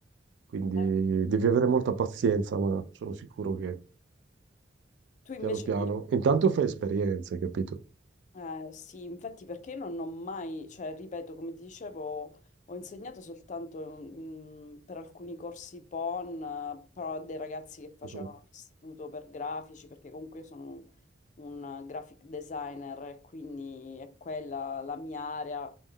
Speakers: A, on the right; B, on the left.
A: Quindi
B: Eh,
A: devi avere molta pazienza, ma sono sicuro che
B: Tu invece
A: piano piano,
B: mi
A: intanto fai esperienze, capito?
B: Eh, sì, infatti perché non ho mai, cioè ripeto, come ti dicevo, ho insegnato soltanto mm, per alcuni corsi PON, eh, però a dei ragazzi che facevano
A: Mhm,
B: l'istituto per grafici, perché comunque io sono un, un graphic designer e quindi è quella la mia area